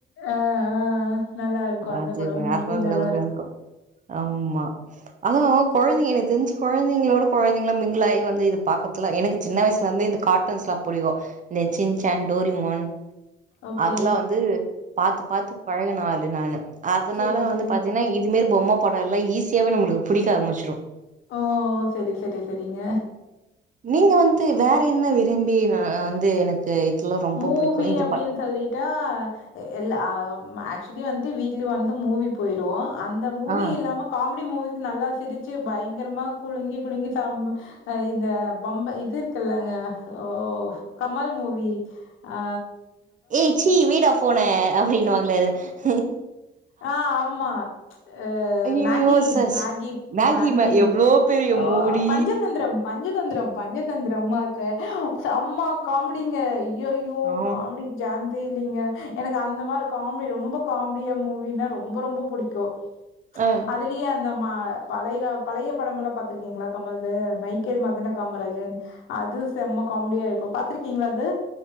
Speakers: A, on the left (about 85°); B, on the right (about 40°).
A: ஆ ஆ நல்லா இருக்கு அந்த
B: அது
A: படம்
B: வேற
A: மூவி நல்லா
B: லெவல இருக்கு ஆமா அதா கொழந்தைங்க எனக்கு தெரிஞ்சு கொழந்தைங்களோட கொழந்தைங்களா மிங்கிளாய் வந்து இது பாக்கத்துல எனக்கு சின்ன வயசுல வந்து இந்த காட்டன்ஸ் எல்லா புடிக்கு இந்த சின்சன் டோரிமோன்
A: ஓகே.
B: அதெல்லா வந்து பாத்து பாத்து பழகுனாள் நானு அதனால
A: சரி, சரி.
B: வந்து பாத்தீங்கன்னா இது இதுமாரி பொம்ம படோ எல்லா ஈஸியாவே நம்மளுக்கு புடிக்க ஆரம்பிச்சிடு
A: ஓ சரி சரி சரிங்க
B: நீங்க வந்து வேற என்ன விரும்பிஆ வந்து எனக்கு இதுல ரொம்ப
A: மூவி
B: புடிக்கு இந்த
A: அப்டின்னு
B: ப
A: சொல்லிட்டா எல்ல ஆக்சுவலி வந்து வந்த வீக்லி வந்து மூவி போயிடுவோ அந்த மூவி
B: ஆ
A: இல்லாம காமெடி மூவிஸ் நல்லா சிரிச்சு பயங்கரமா குழுங்கி குழுங்கி சாப்டனு இந்த பம்ப இது இருக்குல்லங்க ஓ கமல் மூவி அ
B: ஏய் சீ வீடா ஃபோன அப்டின்னு வாங்க து <unintelligible>
A: ஆ ஆமா அ
B: ஐயையோ
A: மேகி
B: சஸ்
A: மேகி மேகி
B: மே எவ்ளோ பெரிய
A: ஆ
B: மூடி
A: பஞ்சதந்திரம் பஞ்சதந்திரம் பஞ்சதந்திரமாக்க செம்மா காமடிங்க அய்யயோ
B: ஆ
A: காமெடி சான்ஜே இல் இல்லீங்க எனக்கு அந்த மாதிரி காமெடி ரொம்ப காமெடியா மூவி மின்னா ரொம்ப ரொம்ப புடிக்கு
B: ஆ
A: அதுலயே அந்த மா பழய பழய படம் எல்லா பாத்திருக்கீங்ளா கமல்து மைக்கேல் மதன காமராஜன் அது செம்ம காமெடியா இருக்கு பாத்துருக்கீங்ளா அது